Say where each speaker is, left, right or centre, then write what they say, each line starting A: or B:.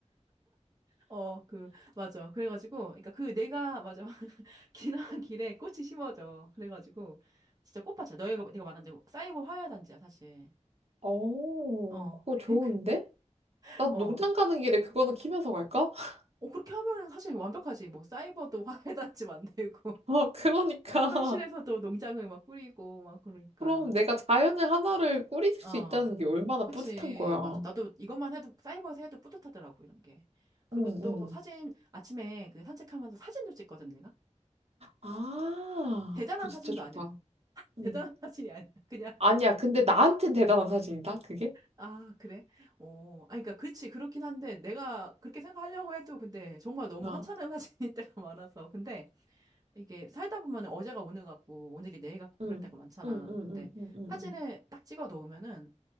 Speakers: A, on the right (about 30°); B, on the right (about 55°).
A: 어, 그, 맞아. 그래가지고, 그러니까 그 내가, 맞아. <laughs> 지나간 길에 꽃이 심어져. 그래가지고, 진짜 꽃밭이야. 너희가, 네가 말한 대로 사이버 화훼단지야, 사실.
B: 오,
A: 어,
B: 그거 좋은데?
A: <laughs> 그-
B: 나도
A: 어.
B: 농장 가는 길에 그거는 키면서 갈까? <laughs>
A: 어, 그렇게 하면은 사실 완벽하지. 뭐, 사이버도 화훼단지 만들고,
B: 어,
A: <laughs>
B: 그러니까.
A: 현실에서도 농장을 막 꾸리고, 막, 그러니까.
B: 그럼 내가 자연을 하나를 꾸릴 수
A: 어,
B: 있다는 게 얼마나
A: 그치.
B: 뿌듯한 거야.
A: 맞아. 나도 이것만 해도, 사이버에서 해도 뿌듯하더라고, 이런 게. 그리고
B: 응,
A: 또
B: 응.
A: 사진, 아침에 그 산책하면서 사진도 찍거든, 내가.
B: 아,
A: 대단한
B: 그거 진짜
A: 사진도
B: 좋다.
A: 아니야.
B: 응.
A: 대단한 <laughs> 사진이 아니야. 그냥,
B: 아니야, 근데 나한텐 대단한 사진이다, 그게?
A: 아, 그래? 어, 아, 그러니까, 그렇지. 그렇긴 한데, 내가 그렇게 생각하려고 해도, 근데 정말 너무
B: 아,
A: 하찮은 <laughs> 사진일 때가 많아서. 근데 이게 살다 보면 은 어제가 오늘 같고, 오늘이 내일 같고, 그럴
B: 응,
A: 때가 많잖아.
B: 응, 응,
A: 근데
B: 응, 응, 응.
A: 사진을 딱 찍어 놓으면은,